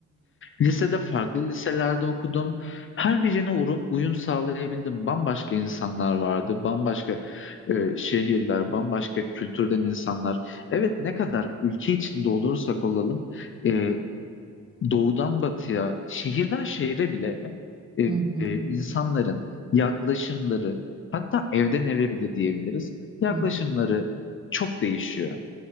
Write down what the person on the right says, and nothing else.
Hı hı.
Hı hı. Hı hı.